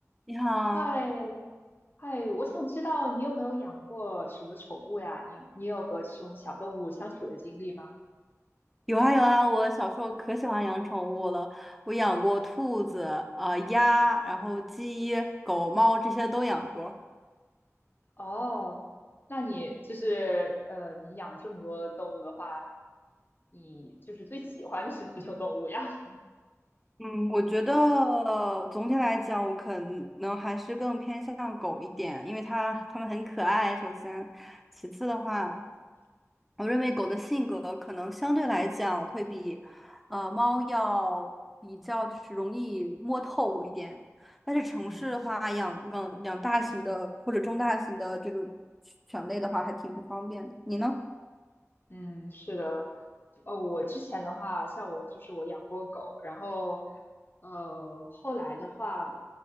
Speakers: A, in the centre; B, on the left (about 40°).
A: 你好，
B: 嗨，嗨，我想知道你有没有养过什么宠物呀？你你有和这种小动物相处的经历吗？
A: 有啊有啊，我小时候可喜欢养宠物了，我养过兔子、呃鸭，然后鸡、狗、猫这些都养过。
B: 哦，那你就是呃，你养这么多动物的话，你就是最喜欢的是哪种动物呀？
A: 嗯，我觉得总体来讲，我可能还是更偏向狗一点，因为它它们很可爱，首先，其次的话。
B: 嗯。
A: 我认为狗的性格可能相对来讲会比，呃，猫要比较就是容易摸透一点。但是城市的话，
B: 嗯。
A: 养养养大型的或者中大型的这个犬类的话，还挺不方便的。你呢？
B: 嗯，是的，呃，我之前的话，像我就是我养过狗，然后，呃，后来的话，